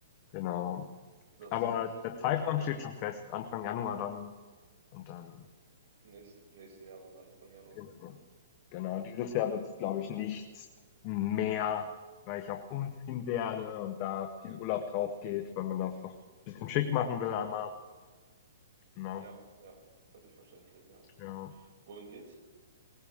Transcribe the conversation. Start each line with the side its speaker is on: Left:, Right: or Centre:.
Left: genau.
Right: das
Left: Aber
Right: ist doch sehr
Left: der Zeitraum
Right: cool. Ja,
Left: steht schon fest, Anfang Januar dann und dann
Right: nächsten nächsten Jahres Anfang Januar.
Left: genau. Genau, Und dieses Jahr wird es glaube ich, nichts mehr, weil ich auch umziehen werde und da viel Urlaub drauf geht, weil man das auch bisschen schick machen will einmal, ne?
Right: Ja, ja, völlig verständlich, ja.
Left: Ja.
Right: Wohin geht's